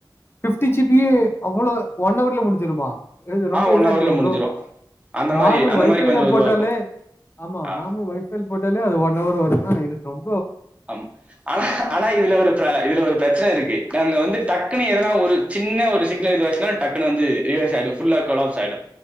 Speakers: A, on the left (about 30°); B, on the right (about 15°).
A: ஃபிப்டி ஜிபியே அவ்ளோ ஒன் னவர்ல முடுஞ்சிருமா இது ரொம்ப
B: ஆ ஒன்
A: இதா
B: ஹவர்ல
A: இக்குது
B: முடிஞ்சிரும்
A: ப்ரோ
B: அந்த
A: நார்மல்
B: மாரி அந்த
A: ஒய்
B: மாரி
A: ஃபைல
B: கொஞ்சம் இதுவா
A: போட்டாலே
B: இருக்கும்
A: ஆமா
B: ஆ
A: நார்மல் ஒய் ஃபைல் போட்டாலே அது ஒன்னவர் வரு இன்னா இருக்கோம்
B: அம் ஆனா ஆனா இதுல ஒரு இதுல ஒரு பிரெச்சன இருக்கு நாங்க வந்து டக்குன்ன எதன ஒரு சின்ன ஒரு சிக்னல் இதாச்சுனா டக்கு வந்து ரிவஸ் ஆயிடு ஃபுல்லா கொலாப்ஸ் ஆய்டு